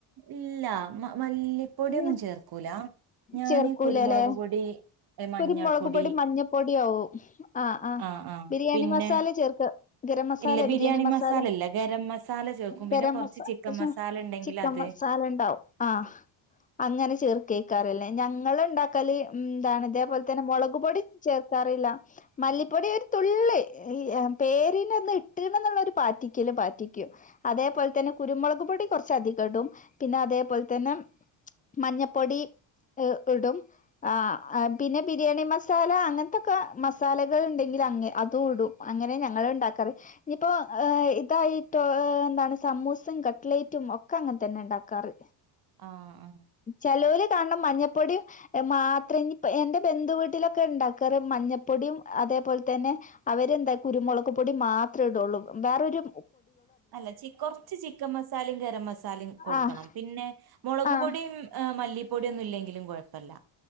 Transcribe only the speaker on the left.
ഉം
ചേർക്കൂലല്ലേ
കുരുമുളക് പൊടി മഞ്ഞപ്പൊടി ആവും ആ ആ
ബിരിയാണി
മസാല ചേർക്ക് <inaudible> ഗരം മസാലെ
ബിരിയാണി മസാലെ
ഗരംമസ
<unintelligible>
എശം
ചിക്കൻ
മസാല ഇണ്ടാവും ആഹ് അങ്ങനെ ചേർ കേൾക്കാറില്ലേ ഞങ്ങള് ഇണ്ടാക്കല് എന്താണ് ഇതേപൊലെ തന്നെ മൊളക് പൊടി ചേർക്കാറില്ല മല്ലിപ്പൊടി ഒരു തുള്ളി പേരിന് ഒന്ന് ഇട്ടിന്നന്നുള്ളൊരു പാറ്റിക്കല് പാറ്റിക്കും അതേപോലെ തന്നെ കുരുമുളക് പൊടി കുറച്ചധികം ഇടും പിന്നെ അതേപോലെ തന്നെ മഞ്ഞ പൊടി ഇടും ആ പിന്നെ ബിരിയാണി മസാല അങ്ങനത്തൊക്കെ മസാലകൾ ഇണ്ടെങ്കിൽ അങ്ങ് അതും ഇടും അങ്ങനെ ഞങ്ങള് ഇണ്ടാക്കാറ് ഇനിയിപ്പോ ഇതായിട്ടോ എന്താണ് സമൂസെം കട്ട്ലേറ്റും ഒക്കെ അങ്ങനെ തന്നെ ഇണ്ടാക്കാറ്
ചെലോൽ കാണ്ണ മഞ്ഞപ്പൊടിം മാത്രം ഇനിപ്പ് എന്റെ ബന്ധുവീട്ടിലൊക്കെ ഉണ്ടാക്കാറ് മഞ്ഞപ്പൊടിയും അതേപോലെ തന്നെ അവരെന്താ കുരുമുളക് പൊടിം മാത്രെ ഇടുള്ളൂ വെറൊരു
ആഹ്
ആഹ്